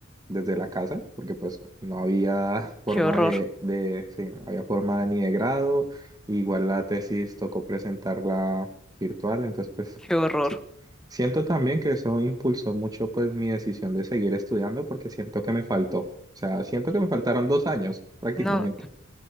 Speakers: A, on the right (about 20°); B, in the centre.
A: desde la casa, porque pues no había forma
B: Qué horror,
A: de, de, sí, no había forma ni de grado, igual la tesis tocó presentarla virtual, entonces pues
B: qué horror.
A: sí. Siento también que eso impulsó mucho pues mi decisión de seguir estudiando porque siento que me faltó, o sea, siento que me faltaron dos años prácticamente.
B: No,